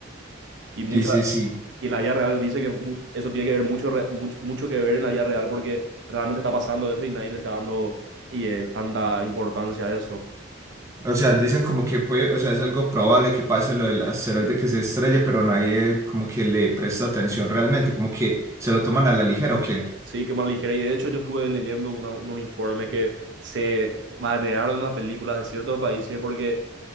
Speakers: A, on the right; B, on the right.
A: Y, mucha,
B: sí, sí. sí.
A: y la vida real dice que mu- eso tiene que ver mucho, re- mucho, mucho que ver en la vida real porque realmente está pasando eso y nadie le está dando y, eh, tanta importancia a eso.
B: O sea, dicen como que puede, o sea, es algo probable que pase lo del asteroide que se estrelle, pero nadie como que le presta atención realmente, como que se lo toman a la ligera o qué.
A: Sí, qué mal ligera. Y de hecho yo estuve leyendo una- unos informes que se banearon las películas de ciertos países porque